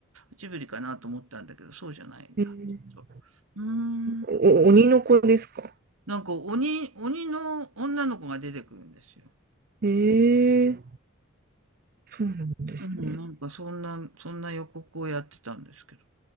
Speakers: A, on the right; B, on the right.
A: ジブリかなと思ったんだけど、そうじゃないんだ。
B: ええ
A: ちょっとうーん。
B: お、鬼の子ですか。
A: なんか鬼、鬼の女の子が出てくるんですよ。
B: ええ、そうなんですね。
A: うん、なんかそんな、そんな予告をやってたんですけど、